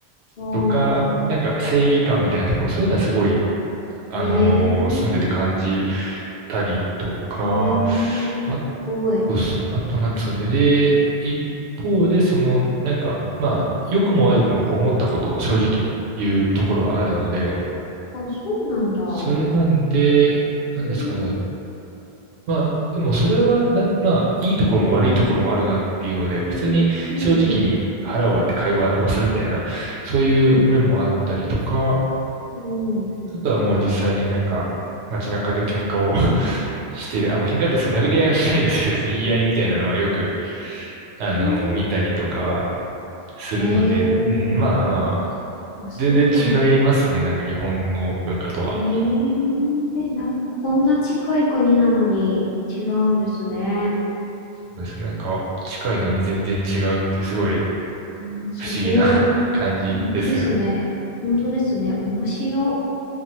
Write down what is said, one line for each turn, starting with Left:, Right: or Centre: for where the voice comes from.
Left: ー
Right: とか、なんか正義感みたいなところ、そういうのはすごい、あのー住んでて感じ
Left: ええ
Right: たりとか、
Left: ええすごい。
Right: あそうっすあとなんですかね。で、一方で、その、なんか、まあ、良くも悪くもこう思ったことを正直に言うところはあるので、
Left: あ、そうなんだ。
Right: それなんで、なんですかね。
Left: ええ
Right: まあ、でもそれはな、まあ、いいところも悪いところもあるなっていうので、
Left: うん、
Right: 普通に正直に腹を割って会話をするみたいな、
Left: うん、うん、
Right: そういう面もあったりとか、
Left: うん、
Right: あとはもう実際になんか、街中で喧嘩を <laughs> してる。あの、喧嘩ってその殴り合いはしないですけど、別に言い合いみたいなのはよく、あの、
Left: うん
Right: 見たりとかはするので、
Left: えええ <laughs>
Right: うん、
Left: え
Right: まあまあ、
Left: あ、そうなんだ。
Right: 全然違いますね。なんか日本の文化とは。
Left: ええなんかこんな近い国なのに違うんですね。
Right: そうですね。なんか近いのに全然違うっていうすごい
Left: うん、すごい。
Right: 不思議な <laughs> 感じですよね。
Left: 本当ですね。本当ですね。面白。